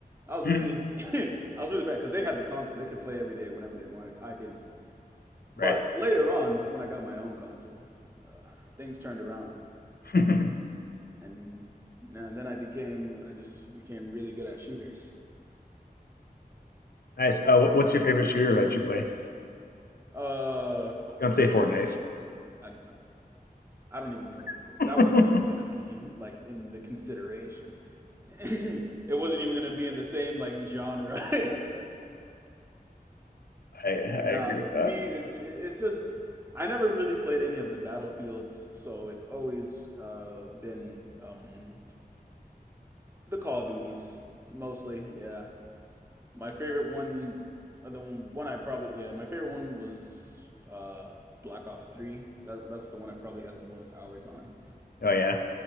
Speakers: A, on the right (about 15°); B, on the left (about 70°).
A: I was
B: yeah,
A: really, <laughs> I was really bad because they had the console. They could play every day whenever they wanted. I didn't. But
B: <laughs> right.
A: later on, when I got my own console, uh, things turned around,
B: <laughs>
A: and, and then I became, I just became really good at shooters.
B: nice. Oh, what's your favorite shooter that you play?
A: Uh,
B: Don't
A: just
B: say Fortnite.
A: I, I don't even con-
B: <laughs> I
A: that wasn't even gonna be like in the consideration. <laughs> it wasn't even gonna be in the same like genre. <laughs>
B: I
A: Nah,
B: agree
A: but
B: with that.
A: for me, it's it's just I never really played any of the battlefields, so it's always uh been um the Call of Duties mostly. Yeah, my favorite one, uh, the one one I probably yeah my favorite one was uh Black Ops Three. That that's the one I probably had the most hours on.
B: Oh yeah.